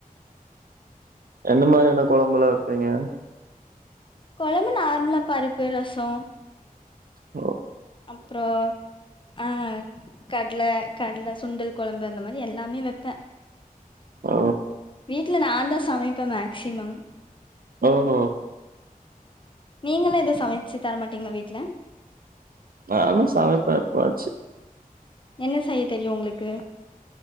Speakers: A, on the right (about 75°); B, on the left (about 35°).
A: என்ன மாரியான கொழம்பெலா வெப்பீங்க
B: கொழம்பு நார்மலா பருப்பு ரசோ
A: ஒ
B: அப்புறோ ஆஹ் கட்ல கட்ல சுண்டல் கொழம்பு அந்த மாரி எல்லாமே வெப்பே
A: ஆ
B: வீ்ட்ல நான் தா சமைப்பேன் மேக்சிமம்
A: ஓ ஓஹ்
B: நீங்கல்லா எதவு சமைச்சு தரமாட்டீங்களா வீட்டு்ல
A: நானு சமைப்பே எப்பவாச்சு
B: என்ன செய்ய தெரியும் உங்களுக்கு